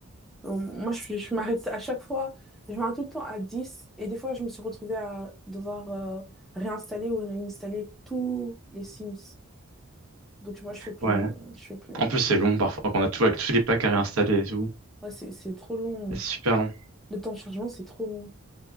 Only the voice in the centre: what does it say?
Euh, moi, je, je m'arrête à chaque fois. Je m'arrête tout le temps à dix Et des fois, je me suis retrouvée à devoir euh, réinstaller ou réinstaller tous les Sims. Donc, moi, je fais plus.
Je fais plus.
Ouais, c'est, c'est trop long.
Le temps de chargement, c'est trop long.